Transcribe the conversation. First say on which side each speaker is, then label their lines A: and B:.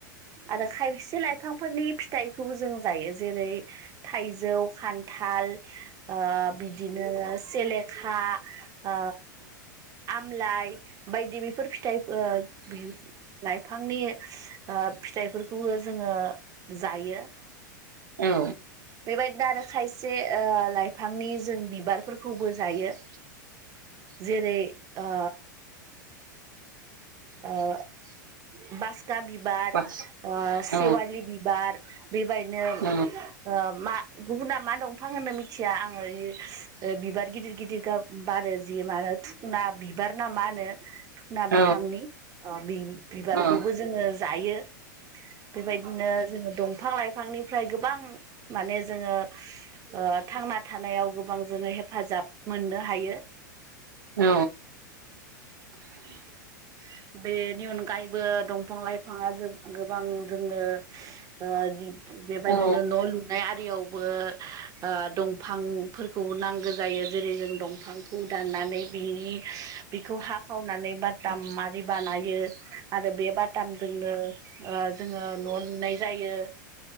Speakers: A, on the right (about 35°); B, on the right (about 85°).
A: आरो खायसे लाइ फांफोरनि फिथाइखौबो जों जायो जेरै थाइजौ खान्थाल ओ बिदिनो सेलेखा ओ आमलाइ बायदि बेफोर फिथाइ ओ बि लाइफांनि ओ फिथाइफोरखौबो जोङो जायो।
B: औ
A: बेबायदिनो आरो खायसे ओ लाइफांनि जों बिबारफोरखौबो जायो। जेरै ओ ओ बास का बिबार
B: बास
A: ओ सेवालि
B: औ
A: बिबार बिबायनो ओ
B: औ
A: मा गुबुना मा दंफां होनो मिथिया आङो <unintelligible> ओ बिबार गिदिर गिदिर गाब बारो जि मा होनो थुखना बिबार ना मा होनो? थुखना
B: औ
A: बिफांनि ओ बि-बिबारखौबो
B: औ
A: जोङो जायो। बेबायदिनो जोङो दंफां लाइफांनिफ्राय गोबां माने जोङो ओ थांना थानायाव गोबां जोङो हेफाजाब मोननो हायो।
B: औ।
A: <inaudible> बेनि अनगायैबो दंफां लाइफाङा जो गोबां जोंनो ओ <unintelligible> बेबादिनो
B: औ
A: न' लुनाय आरियावबो ओ दंफां फोरखौ नांगो जायो जेरै जों दंफांखौ दाननानै बिनि बिखौ हा खावनानै बाताम मारै बानायो आरो बे बातामजोंनो ओ जोङो न' लुनाय जायो।